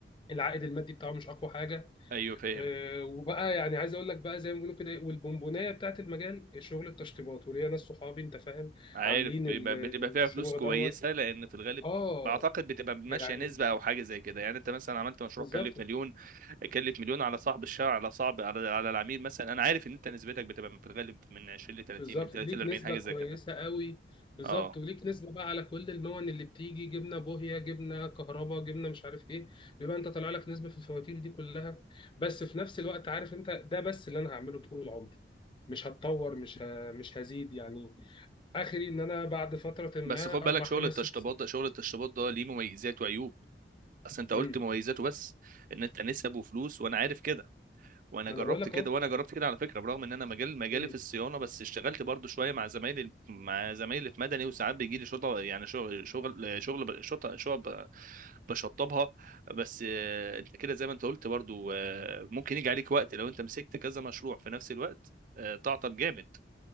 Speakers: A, on the left (about 30°); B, on the right (about 50°).
A: العائد المادي بتاعه مش اقوى حاجه
B: ايوه فاهم
A: اه وبقى يعني عايز اقول لك بقى زي ما بيقولوا كده إيه، والبونبونايه بتاعت المجال شغل التشطيبات وليا ناس صحابي انت فاهم
B: عارف
A: عاملين
B: بيبقى
A: ال-
B: بتبقى فيها
A: الشروع
B: فلوس كويسه
A: دوت
B: لان في الغالب
A: اه
B: بعتقد بتبقى ماشيه
A: يعني
B: نسبه او حاجه زي كده يعني انت مثلا عملت مشروع
A: بالظبط
B: كلف مليون كلف مليون على صاحب الشارع على صاحب على, على العميل مثلا انا عارف ان انت نسبتك بتبقى في الغالب من 20 ل 30
A: بالظبط
B: من 30
A: ليك
B: ل 40
A: نسبة
B: حاجه
A: كويسة
B: زي كده
A: قوي بالظبط
B: اه
A: وليك نسبة بقى على كل المون اللي بتيجي جبنة بوهية جبنة كهرباء جبنة مش عارف ايه بيبقى انت طالع لك نسبة في الفواتير دي كلها بس في نفس الوقت عارف انت ده بس اللي انا هعمله طول عمري مش هتطور مش ه... مش هزيد يعني اخري ان انا بعد فترة ما
B: بس خد بالك
A: اربع خمس
B: شغل التشطيبات
A: ست سنين
B: ده شغل التشطيبات ده ليه مميزات وعيوب اصل انت قلت
A: امم
B: مميزاته بس ان انت نسب وفلوس وانا عارف كده وانا
A: ما
B: جربت
A: انا بقول لك
B: كده وانا جربت كده على فكره برغم ان انا مجال مجالي
A: اهو
B: في الصيانه بس اشتغلت برضو شويه مع زمايلي مع زمايلي في مدني وساعات بيجي لي شطه يعني شغل شغل شغل ب- شطه شطه بشطبها بس آه، انت كده زي ما انت قلت برضو آه، ممكن يجي عليك وقت لو انت مسكت كذا مشروع في نفس الوقت آه، تعطل جامد